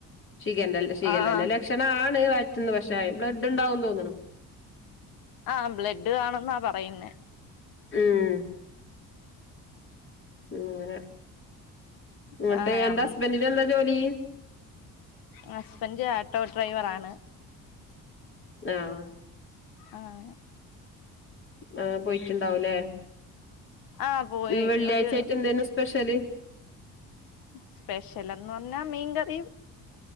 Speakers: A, on the left; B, on the left.
A: ഷി ഷിഗല്ലന്റെ
B: ആഹ് ആഹ്
A: ലക്ഷണാണ് വറ്റന്ന് പക്ഷേ ബ്ലഡ് ഉണ്ടാവുന്ന് തോന്നുന്നു
B: ആഹ് ബ്ലഡ് കാണുന്ന പറയുന്നെ
A: ഉം അങ്ങനെ എന്നിട്ട്
B: ഞാൻ
A: എന്താ ഹസ്ബൻഡന്റെ എന്താ ജോലി
B: ഹസ്ബൻഡ് ആട്ടോ ഡ്രൈവറാണ്
A: <unintelligible>
B: ആഹ്
A: ആ പോയിട്ട്ണ്ടാവും ലെ
B: ആഹ് പോയി
A: വെള്ളിയാഴ്ചായിട്ട്
B: ഒരു
A: എന്തേയ്ന്നു സ്പെഷ്യല്
B: സ്പെഷ്യലെന്ന് പറഞ്ഞാ മീൻകറീം